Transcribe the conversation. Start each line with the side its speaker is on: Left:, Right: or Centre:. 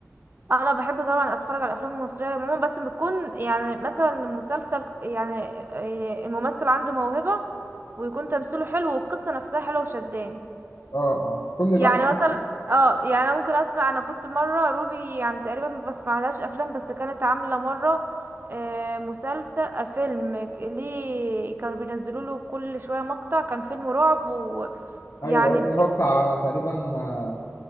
Right: انا بحب طبعا اتفرج على الافلام المصريه عموما بس بتكون يعني مثلا المسلسل يعني آه، الممثل عنده موهبه ويكون تمثيله حلو والقصه نفسها حلوه وشداني
Left: اه اه كل
Right: يعني
Left: ده
Right: مثلا اه يعني انا ممكن اسمع انا كنت مره روبي يعني تقريبا ما بسمعلهاش افلام بس كانت عامله مره آه، مسلسل آه، فيلم ك- ليه كانوا بينزلوا له كل شويه مقطع كان فيلم رعب ويعني
Left: ايوه أيوة،
Right: ب-
Left: اللي هو بتاع تقريبا آه